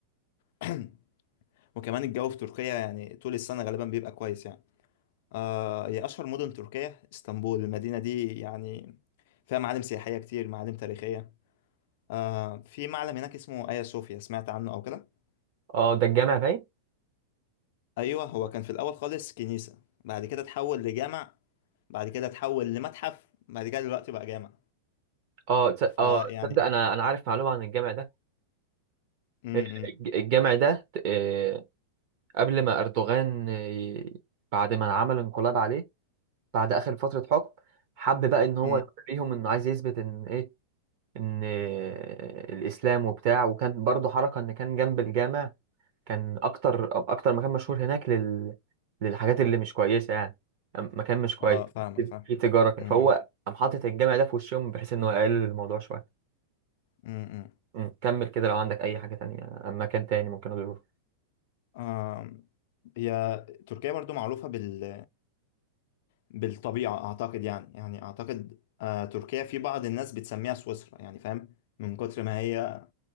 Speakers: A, on the left (about 55°); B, on the right (about 45°).
A: <clears throat> وكمان الجو في تركيا يعني طول السنة غالبا بيبقى كويس يعني آه هي أشهر مدن تركيا اسطنبول المدينة دي يعني فيها معالم سياحية كتير معالم تاريخية آه في معلم هناك اسمه آيا صوفيا سمعت عنه أو كده
B: اه ده الجامع باين
A: أيوه هو كان في الأول خالص كنيسة بعد كده اتحول لجامع بعد كده اتحول لمتحف بعد كده دلوقتي بقى جامع
B: اه تص-
A: فيعني
B: اه تصدق انا انا عارف معلومه عن الجامع ده
A: امم
B: آه، الج- الجامع ده آه، قبل ما اردوغان آه، بعد ما عمل انقلاب عليه بعد اخر فتره حكم حب بقى ان هو
A: امم
B: يوريهم انه عايز يثبت ان ايه ان الاسلام وبتاع وكان برضو حركه ان كان جنب الجامع كان اكتر اكتر مكان مشهور هناك لل... للحاجات اللي مش كويسه يعني أم- مكان مش كويس
A: اه فاهمك فاهم
B: في تجاره كده.
A: امم
B: فهو قام حاطط الجامع ده في وشهم بحيث انه يقلل الموضوع شويه
A: امم
B: أمم، كمل كده لو عندك اي حاجه تانية أم مكان تاني ممكن ازوره
A: آم، هي تركيا برضو معروفة بال... بالطبيعة أعتقد يعني يعني أعتقد آه تركيا في بعض الناس بتسميها سويسرا يعني فاهم من كتر ما هي